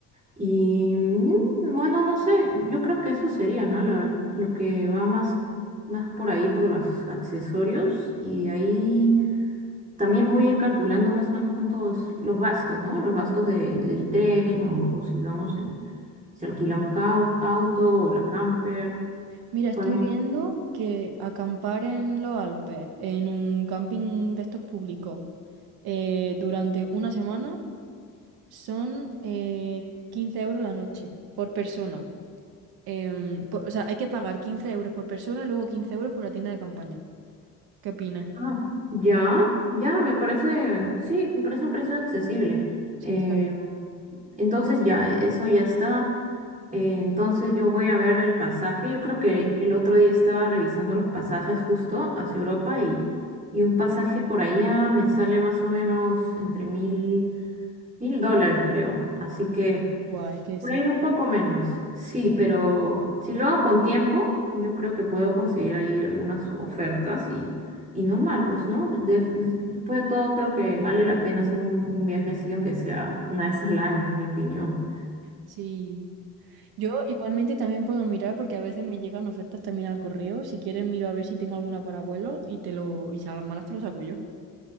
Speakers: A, on the right; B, on the right.
A: Y mm, bueno, no sé, yo creo que eso sería, ¿no? Lo, lo que va más, más por ahí, por los accesorios. Y de ahí también voy a ir calculando más o menos cuántos los gastos, ¿no? Los gastos de- del
B: Sí.
A: tren o, o si vamos en, si alquilamos ca- auto o la camper,
B: Mira, estoy
A: podemos...
B: viendo que acampar en los Alpes, en un camping de estos públicos, eh, durante una semana son eh, 15 euros la noche por persona. Em, po- o sea, hay que pagar 15 euros por persona y luego quince euros por la tienda de campaña. ¿Qué opinas?
A: Ah, ya, ya, me parece, sí, me parece un precio accesible.
B: Sí,
A: Eh,
B: está bien.
A: entonces ya, eso ya está. Eh, entonces yo voy a ver el pasaje. Yo creo que el otro día estaba revisando los pasajes justo hacia Europa y, y un pasaje por allá me sale más o menos entre mil... Mil dólares, creo. Así que
B: Buah, es que
A: por
B: sí.
A: ahí un poco menos. Sí, pero si lo hago con tiempo, yo creo que puedo conseguir ahí algunas ofertas y, y normal, pues, ¿no? De- de- después de todo, creo que vale la pena hacer un, un viajecillo, aunque sea una vez al año, en mi opinión.
B: Sí. Yo igualmente también puedo mirar porque a veces me llegan ofertas también al correo. Si quieres miro a ver si tengo alguna para vuelo y te lo, y si a las malas te lo saco yo.